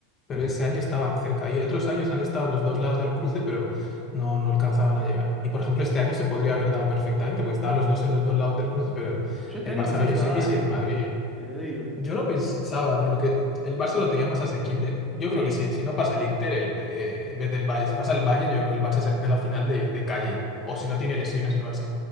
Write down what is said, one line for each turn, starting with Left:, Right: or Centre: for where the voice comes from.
Left: pero ese año estaban cerca. Y otros años han estado en los dos lados del cruce, pero no, no alcanzaban a llegar. Y por ejemplo, este año se podría haber dado perfectamente, porque estaban los dos en los dos lados del cruce, pero
Centre: Yo este
Left: el
Centre: año
Left: Barça
Centre: pensé
Left: cayó
Centre: que se iba
Left: semis
Centre: a dar, ¿eh?
Left: y el Madrid.
Centre: Te lo digo.
Left: Yo lo pensaba, pero lo que el Barça lo tenía más asequible. Yo
Centre: Sí,
Left: creo que si, si no pasa el Inter, el, eh, en vez del bayern si pasa el bayern yo creo que el Barça se mete en la final de, de calle. O si no tiene lesiones el Barça.